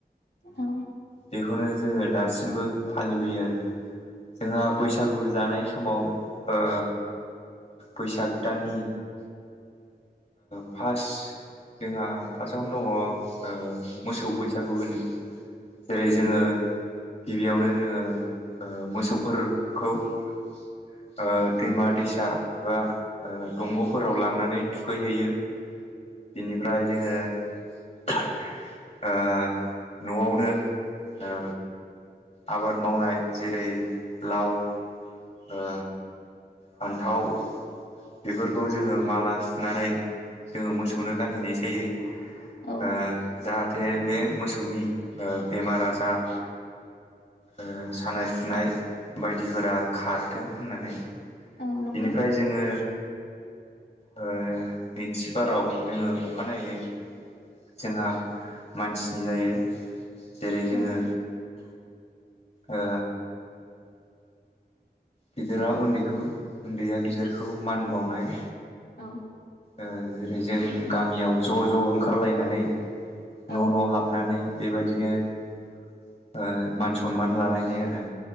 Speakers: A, on the left; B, on the left.
A: औ।
B: बेखौनो जोङो दासिमबो फालिबोयो आरो जोंहा बैसागु जानाय सम समाव बैसाग दाननि फास जोंहा फार्स्टआवनो दङ मोसौ बैसागु होनो। जेरै जोङो गिबियावनो जोङो मोसौफोरखौ ओ दैमा दैसा बा ओ दंग'फोराव लांनानै थुखैहैयो बिनिफ्राय जोङो ओ न'आवनो ओ आबाद मावनाय जेरै लाव ओ फान्थाव बेफोरखौ जोङो माला सुनानै जोङो मोसौनो गानहैनाय जायो
A: औ
B: ओ जाहाथे बे मोसौनि ओ बेमार आजार ओ सानाय सुनाय बायदिफोरा खारदो होननानै
A: औ नंगौ
B: बिनिफ्राय जोङो ओ नैथि बाराव जोङो अखानायैै जोंहा मानसिनि जायो जेरै जोङो
A: औ
B: ओ गिदिरा उन्दैखौ उन्दैया गिदिरखौ मान बावनाय
A: औ
B: ओ जेरै जों गामियाव ज' ज' ओंखारलायनानै न'
A: औ
B: न' हाबनानै बेबायदिनो ओ मान सनमान लालायनाय आरो